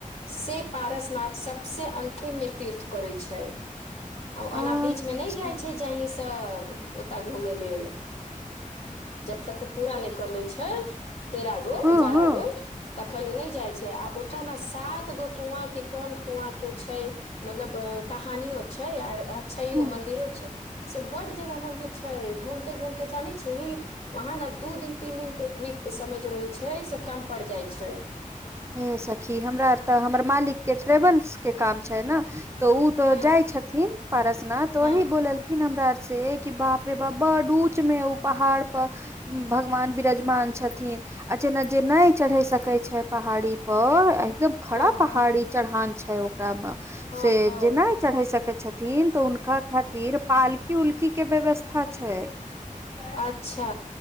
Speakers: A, on the left; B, on the right.
A: से पारसनाथ सभसँ अन्तिममे तीर्थ करैत छैय। आ
B: अच्छा
A: ओना बीच मे नहि जाइ छैय जहनीसँ ओतय घुमे लेल। जब तक ओ पूरा नहि करले छैय तेरह गो
B: हँ
A: बारह
B: हँ
A: गो तखन नहि जाइ छैय आ ओतऽ न सात गो कुआँ कि कोन कुआँ के छैय मतलब कहानियो छैय आर अ छैयो
B: हँ
A: मंन्दिरो छैय। से बड्ड जगह मंन्दिर छैय घूमते घूमते जानै छिही वहाँ न दू दिन तीन दिन के तभी के समय जे रहै छैय से कम पड़ जाइ छैय।
B: हे सखी हमरा आर तऽ हमर मालिक के ट्रेवल्स के काम छैय ने तऽ ओ तो
A: हँ
B: जाय छथिन पारसनाथ तऽ वही
A: हँ
B: बोलेलथिन हमरा आर से ए कि बाप रे बाप बड्ड ऊंच में उ पहाड़ प भगवान विराजमान छथिन आ जेना जे नहि चढ़य सकैत छैय पहाड़ी पर आ एकदम खड़ा
A: हँ
B: पहाड़ी
A: हँ
B: चढ़ान छैय ओ ओकरा म
A: हँ
B: से
A: हँ
B: जे नहि चढ़ै सकै छथिन तऽ हुनका खातिर पाल उल्की के व्यवस्था छैय।
A: अच्छा